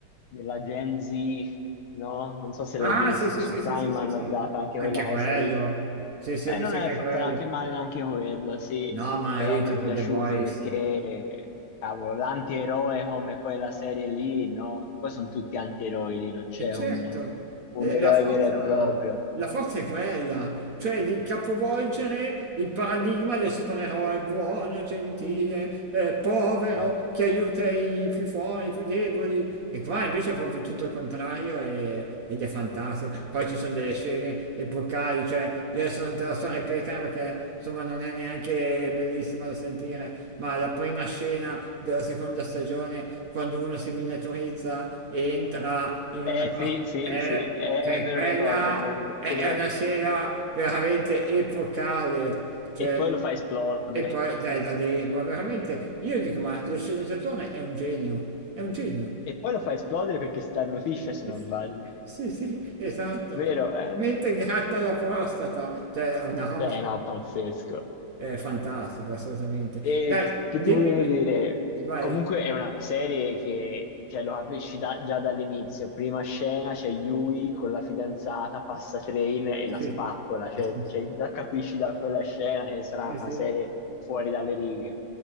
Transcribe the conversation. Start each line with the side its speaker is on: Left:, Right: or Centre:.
Left: della Gen Z, no? Non so se l'hai
Right: Ah,
Left: visto,
Right: sì, sì,
Left: su
Right: sì,
Left: Prime
Right: sì, sì, sì,
Left: hanno
Right: sì.
Left: dato anche
Right: Anche
Left: quella cosa
Right: quello.
Left: lì.
Right: Sì, sì,
Left: E
Right: ho visto
Left: non è
Right: anche
Left: fatto
Right: quello.
Left: neanche male neanche quello, sì,
Right: No, ma
Left: però
Right: io
Left: mi
Right: dico
Left: è piaciuto
Right: The Boys.
Left: perché, cavolo, l'antieroe come quella serie lì, no? Poi sono tutti antieroi lì, non c'è
Right: E certo,
Left: un un
Right: eh,
Left: eroe
Right: la forza,
Left: vero e proprio.
Right: la forza è quella, cioè di capovolgere il paradigma del supereroe buono, gentile, eh, povero,
Left: Esatto.
Right: che aiuta i più forti, i più deboli. E qua invece è proprio tutto il contrario e- ed è fantastico. Poi ci sono delle scene epocali, cioè io adesso non te la so ripetere perché insomma non è neanche bellissima da sentire, ma la prima scena della seconda stagione, quando uno si miniaturizza e entra in
Left: Eh
Right: una parte,
Left: sì, sì,
Right: è,
Left: sì, eh,
Right: cioè,
Left: me
Right: quella
Left: lo ricordo, me lo ricordo.
Right: è,
Left: Quelle-
Right: è una scena veramente epocale. Cioè,
Left: E poi
Right: non-
Left: lo fa esplodere.
Right: e poi, dai, da lì, ma veramente, io dico, ma lo sceneggiatore è un genio, è un genio.
Left: E poi lo fa esplodere perché starnutisce, se non
Right: <laughs>
Left: sbaglio.
Right: Sì, sì, esatto.
Left: Vero, eh?
Right: Mentre gratta la prostata, cioè, è una roba
Left: Eh no, pazzesco.
Right: eh, fantastica, assolutamente.
Left: E
Right: Dai,
Left: che
Right: dimmi,
Left: ti volevo dire?
Right: vai.
Left: Comunque è una serie che, cioè, lo capisci da- già dall'inizio. Prima scena c'è Yui con la fidanzata, passa train e la
Right: Sì,
Left: spappola. Cioè,
Right: <laughs>
Left: cioè, già capisci da quella scena che sarà
Right: sì, sì,
Left: una serie fuori dalle righe.